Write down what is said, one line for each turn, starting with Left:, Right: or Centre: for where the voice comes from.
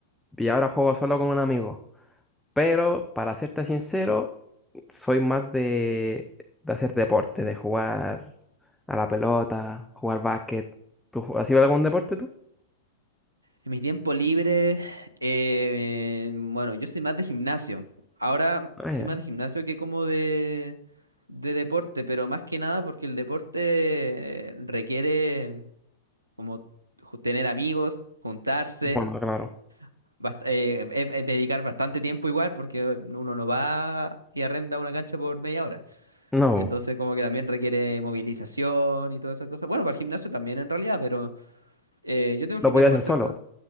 Centre: y ahora juego solo con un amigo. Pero para serte sincero, soy más de, de hacer deporte, de jugar a la pelota, jugar básquet. ¿Tú ju- has ido a algún deporte tú?
Right: En mi tiempo libre, eh, bueno, yo soy más de gimnasio. Ahora
Centre: Ah,
Right: soy
Centre: ya.
Right: más de gimnasio que como de, de deporte, pero más que nada porque el deporte eh, requiere como ju- tener amigos, juntarse,
Centre: Bueno, claro.
Right: bast- eh, eh, eh, dedicar bastante tiempo igual porque uno no va y arrenda una cancha por media hora.
Centre: No,
Right: Entonces como que también requiere movilización y todas esas cosas. Bueno, para el gimnasio también en realidad, pero eh, yo tengo el
Centre: lo
Right: gimnasio
Centre: podía hacer
Right: más cerca.
Centre: solo.